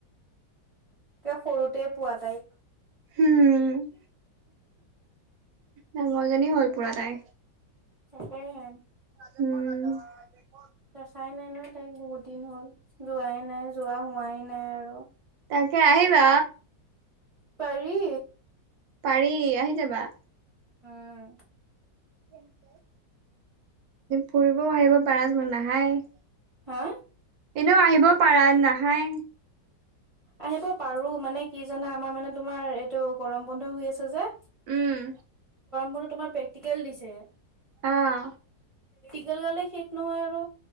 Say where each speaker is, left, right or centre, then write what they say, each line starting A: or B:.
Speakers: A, on the right; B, on the right.
A: এ সৰুতে পোৱা তাইক।
B: উম ডাঙৰজনী হ'ল পুৰা তাই।
A: তাকে হে।
B: উম।
A: দেখাই নাই নহয় তাইক বহুত দিন হ'ল লোৱাই নাই। লোৱা হোৱাই নাই আৰু।
B: তাকে আহিবা
A: পাৰি।
B: পাৰি আহি যাবা।
A: উম
B: <inaudible> ফুৰিবও আহিব পাৰা চোন নাহায়ে।
A: হা?
B: এনেও আহিব পাৰা নাহায়ে।
A: আহিব পাৰো মানে কি জানা আমাৰ মানে তোমাৰ এইটো গৰম বন্ধ হৈ আছে যে।
B: উম
A: বোৰক তোমাৰ প্ৰেকটিকেল দিছে।
B: অহ।
A: কেল গালে শেষ নহয় আৰু।